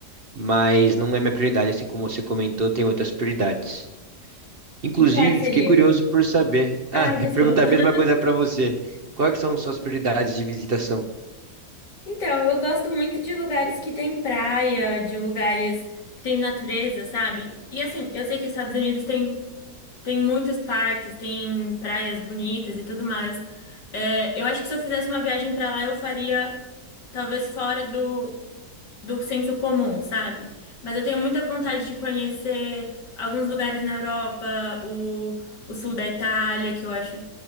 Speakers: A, on the right; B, on the left.
A: mas não é minha prioridade, assim como você comentou, tem outras prioridades. Inclusive,
B: E quais seriam?
A: fiquei curioso por saber. Ah,
B: Ah,
A: <laughs>
B: desculpa.
A: perguntar a mesma
B: <laughs>
A: coisa para você. Quais que são suas prioridades de visitação?
B: Então, eu gosto muito de lugares que tem praia, de lugares que tem natureza, sabe? E assim, eu sei que os Estados Unidos tem Tem muitos parques, tem praias bonitas e tudo mais. É, eu acho que se eu fizesse uma viagem pra lá, eu faria talvez fora do, do senso comum, sabe? Mas eu tenho muita vontade de conhecer alguns lugares na Europa, o, o sul da Itália, que eu acho